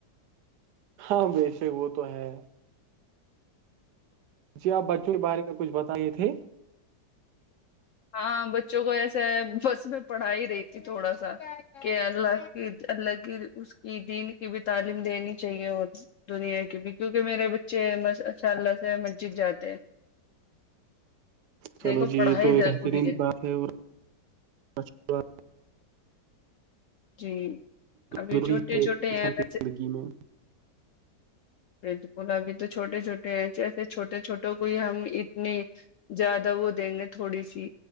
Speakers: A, on the right; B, on the left.
A: ہاں ویسے وہ تو ہے جی آپ بچوں کے بارے میں کچھ بتائیے تھے
B: ہاں بچوں کو ایسا ہے بس میں پڑھائی ہی رہی ت تھوڑا سا کہ اللہ کی اللہ کی اس کی دین کی بھی تعلیم دینی چاہیے اور دنیا کی بھی کیونکہ میرے بچےاء اللہ سے مسجد جاتے ہیں
A: چلو
B: دیکھو
A: جی
B: پڑھائی
A: یہ تو
B: ضروری
A: بہترین بات ہے اور
B: جی ابھی
A: ضروری
B: چھوٹے
A: ہے ایک
B: چھوٹے
A: انسان
B: ہیں
A: کی
B: ویسے
A: زندگی میں
B: بالکل ابھی تو چھوٹے چھوٹے ہیں جیسے چھوٹے چھوٹوں کوئی ہم اتنی زیادہ وہ دیں گے تھوڑی سی